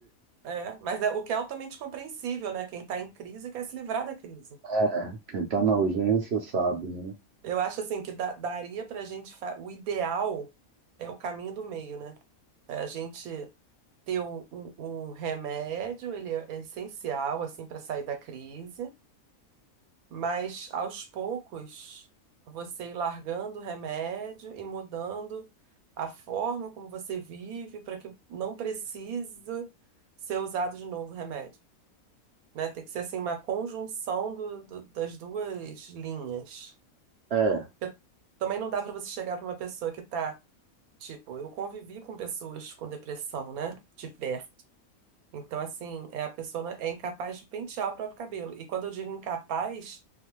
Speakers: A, on the right; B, on the right.
A: é, mas é, o que é altamente compreensível, né? Quem tá em crise quer se livrar da crise.
B: É, Quem está na urgência sabe, né?
A: Eu acho assim que da- daria pra gente, fa- o ideal é o caminho do meio, né? É a gente ter um, um- um remédio, ele é essencial assim para sair da crise, Mas aos poucos, você ir largando o remédio e mudando a forma como você vive para que não precise ser usado de novo o remédio, né? Tem que ser assim uma conjunção do- do- das duas linhas.
B: É,
A: Porque também não dá para você chegar para uma pessoa que tá, tipo, eu convivi com pessoas com depressão, né? De perto. Então, assim, é, a pessoa é incapaz de pentear o próprio cabelo. E quando eu digo incapaz